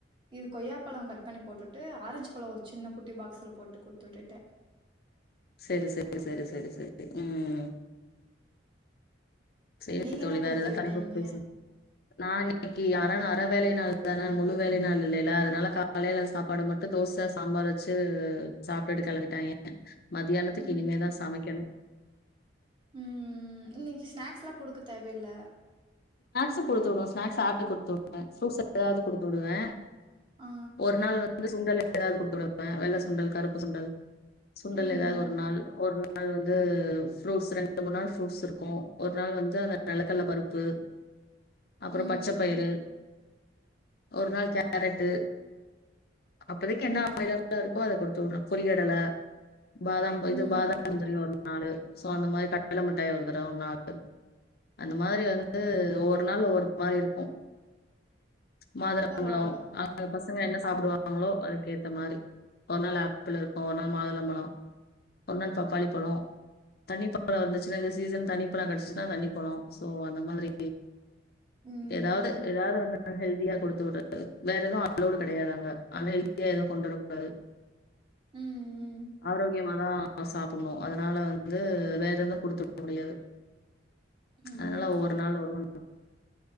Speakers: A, on the right; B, on the left.
A: இது கொய்யாப்பழம் கட் பண்ணி போட்டுட்டு ஆரஞ்சு பழோ ஒரு சின்ன குட்டி பாக்ஸ்ல போட்டு குடுத்து விட்டுட்டே
B: செரி செரி செரி செரி செரி ம் செரி
A: நீங்க
B: தோழி
A: என்ன குடுத்து
B: வேற ஏதது
A: விட்டீங்க
B: <inaudible> நா இன்னைக்கி அர நாள் அர வேலை நாள் தான முழு வேலைநாள் இல்லைல அதனால காலையில சாப்பாடு மட்டு தோச சாம்பார் வச்சு சாப்ட்டுட்டு கெளம்பிட்டாய்ங்க மதியானத்துக்கு
A: ம்
B: இனிமேதா சமைக்கணு
A: ம் இன்னைக் ஸ்நாக்ஸ்லா குடுக்க தேவையில்ல
B: த்து குடுத்து விடுவே ஸ்நாக்ஸ் ஆப்பிள் குடுத்து விடுவே ப்ரூட்ஸ் எதாவ்து குடுத்து வுடுவே
A: ஆ
B: ஒரு நாள் வந் து சுண்டல் எதாவ்து குடுத்து வுடுவே வெள்ள சுண்டல் கருப்பு சுண்டல் சுண்டல்
A: ம்
B: எதாவ்து ஒரு நாள் ஒரு நா ள் வந்து ஃப்ரூட்ஸ் ரெண்டு மூணு நாள் ஃப்ரூட்ஸ் இருக்கோ ஒரு நாள் வந் து அந்த நெலக்கல்ல பருப்பு அப்புறோ
A: ம்
B: பச்சப் பயிறு ஒரு நாள் கேரட்டு அப்பதைக்கு என்ன அவைலபிளா இருக்கோ அத கொடுத்து வுடுவே பொறிகடல பாதாம்
A: ம்.
B: இது பாதாம் முந்திரியு ஒரு நாலு சோ அந்த மாரி கடல மிட்டாய் ஒரு தடவ ஒர் நாலு அந்த மாரி வந்து ஒவ்வொரு நாள் ஒவ்வொரு மாரி இருக்கோ மாதுளம்பழோ
A: பரவால்ல.
B: அ <inaudible> பசங்க
A: ம்.
B: என்ன சாப்புடுவாங்களோ அது கேத்த மாரி ஒரு நாள் ஆப்பிள் இருக்கு ஒரு நாள் மாதுளம்பழோ ஒரு நாள் பப்பாளி பழோ தண்ணிப்பழோ வந்துச்சுனா இது சீசன் தண்ணிப்பழோ கெடச் சிதா தண்ணிப்பழோ சோ அந்த மாதிரி
A: ம்.
B: எதாவ்து எதாவ்து ஒண்ணு ஹெல்தியா கொடுத்து உட்றது வேற எதுவு அலோடு கெடையாது அங்க அன் ஹெல்தியா எதவு கொண்ரொக்கூடாது
A: ம். ம்.
B: ஆரோக்கியமா தா சாப்புன்னோ அதனால வந்து வேற எது குடுத்துவுட முடியாது
A: ம்.
B: அதனால ஒவ்வொரு நாள் ஒரு மா <inaudible>